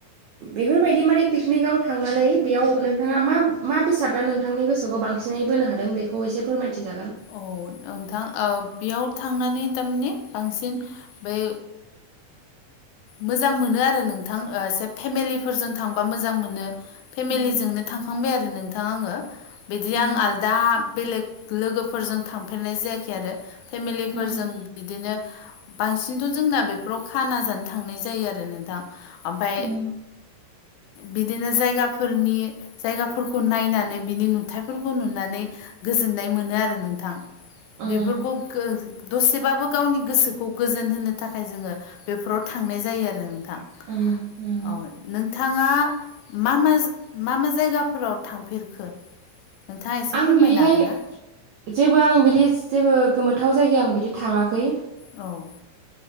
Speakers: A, on the right (about 80°); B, on the left (about 80°).
A: बेफोरबायदि माने पिकनिकाव थांनानै बेयाव नोंथाङा मा मा बेसादा नोंथांनि गोसोखौ बांसिन एसिनै बोनो हादों बेखौ एसे फोरमायथिजागोन
B: औ नोंथां बेयाव थांनानै थारमाने बांसिन बे मोजां मोनो आरो नोंथां स फेमिलिफोरजों थांबा मोजां मोनो फेमिलिजोंनो
A: उम
B: थांखांबाय आरो नोंथांा आङो बिदि
A: उम
B: आं आलदा बेलेग लोगो फोरजों थांफेरनाय जायाखै आरो फेमिलिफोरजों
A: उम
B: बिदिनो बांसिनथ' जोंना बेफोराव खाना जानो थांनाय जायो आरो नोंथां ओमफाय
A: उम
B: बिदिनो जायगाफोरनि जायगाफोरखौ नायनानै बिनि नुथायफोरखौ नुनानै गोजोननाय मोनो आरो नोंथां
A: उम
B: बेफोरखौ दसेबाबो गावनि गोसोखौ गोजोन होनो थाखाय जोङो बेफोराव थांनाय जायो आरो नोंथां
A: उम उम।
B: औ नोंथाङा मा म मा मा जायगाफोराव थांफेरखो नोंथाङा एसे
A: आं
B: फोरमायनो
A: बिहाय
B: हागोन ना
A: जेबो आं बिदि जेबो गोमोथाव जायगायाव आं बिदि थाङाखै
B: औ